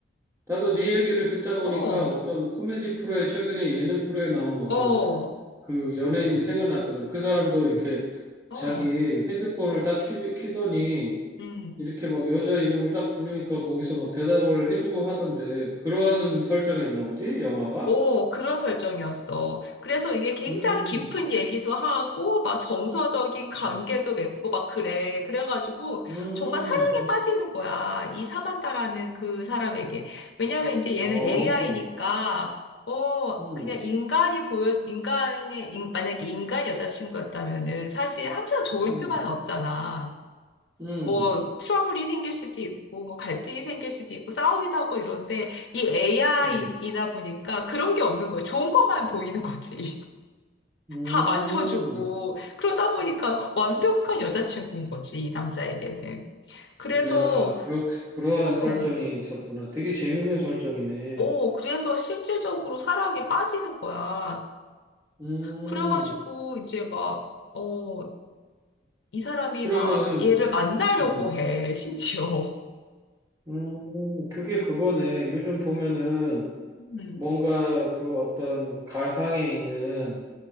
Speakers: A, on the right; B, on the left.
A: 나도 네 얘기를 듣다 보니까
B: 어,
A: 어떤 코미디 프로에 최근에 예능 프로에 나온 어떤
B: 어,
A: 그 연예인이 생각났거든. 그 사람도 이렇게
B: 어,
A: 자기 핸드폰을 딱 키, 키더니
B: 음.
A: 이렇게 막 여자 이름을 딱 부르니까 거기서 막 대답을 해주고 하던데 그러한 설정이었나 보지? 영화가?
B: 오, 그런 설정이었어. 그래서 이게 굉장히
A: 음,
B: 깊은 얘기도 하고, 막 정서적인 관계도
A: 음,
B: 맺고, 막 그래. 그래가지고,
A: 음,
B: 정말 사랑에 빠지는 거야. 이 사만다라는 그 사람에게. 왜냐면 이제 얘는
A: 아,
B: AI니까, 어,
A: 음,
B: 그냥 인간이 보여, 인간의, 인- 만약에 인간 여자친구였다면은, 사실 항상 좋을
A: 음,
B: 수만 없잖아.
A: 음,
B: 뭐 트러블이 생길 수도 있고 뭐 갈등이 생길 수도 있고 싸우기도 하고 이런데 이 AI이다
A: 음,
B: 보니까 그런 게 없는 거예요. 좋은 것만 보이는 거지. <laughs>
A: 음.
B: 다 맞춰주고 그러다 보니까 완벽한 여자친구인 거지 이 남자에게는. 그래서
A: 야, 그렇게, 그러한
B: 어,
A: 설정이 있었구나. 되게 재밌는 설정이네.
B: 어, 그래서 실질적으로 사랑에 빠지는 거야.
A: 음,
B: 그래가지고 이제 막 어, 이 사람이
A: 그러면은,
B: 막 얘를 만나려고
A: 음,
B: 해 심지어.
A: 음, 그게 그거네. 요즘 보면은
B: <laughs> 음,
A: 뭔가 그 어떤 가상에 있는